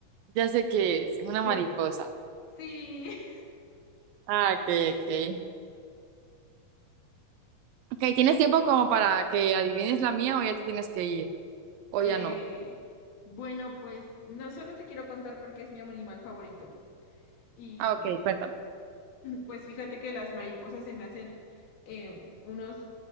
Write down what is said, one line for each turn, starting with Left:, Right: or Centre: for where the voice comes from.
Right: Ya sé qué es. Es una
Left: ¿Qué?
Right: mariposa.
Left: Sí.
Right: Ah, ok, ok. Ok, ¿tienes tiempo como para que adivines la mía o ya te tienes que ir?
Left: <laughs>
Right: O
Left: eh,
Right: ya no.
Left: bueno, pues no solo te quiero contar porque es mi animal favorito y
Right: Ah, ok, cuéntame.
Left: Pues fíjate que las mariposas se me hacen eh, unos